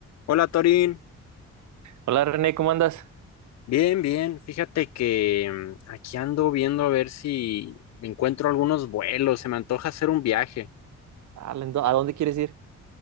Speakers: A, on the left; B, on the right.
A: Hola Torín,
B: Hola René, ¿cómo andas?
A: bien, bien. Fíjate que mm, aquí ando viendo a ver si encuentro algunos vuelos. Se me antoja hacer un viaje.
B: Ah, ¿A a dónde quieres ir?